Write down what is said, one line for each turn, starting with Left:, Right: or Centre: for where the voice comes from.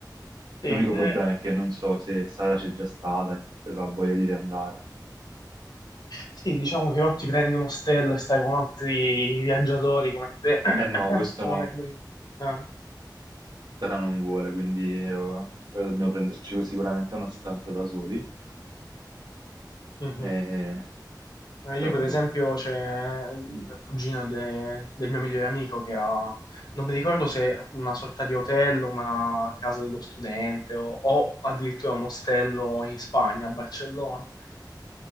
Left: Sì,
Right: L'unico
Left: eh,
Right: problema è che non so se Sara c'è già stata e ha voglia di riandare.
Left: Sì, diciamo che o ti prendi un ostello e stai con altri viaggiatori come te, <coughs> <clears throat>
Right: Eh no, questo
Left: o
Right: no,
Left: un Airbnb. Ah,
Right: Sara non vuole, quindi eh, dobbiamo prenderci sicuramente una stanza da soli.
Left: mhm.
Right: Eh,
Left: Eh,
Right: però
Left: Io per
Right: boh.
Left: esempio c'è il cugino de- del mio migliore amico che ha, non mi ricordo se una sorta di hotel, una casa dello studente o, o addirittura un ostello in Spagna, a Barcellona. <coughs>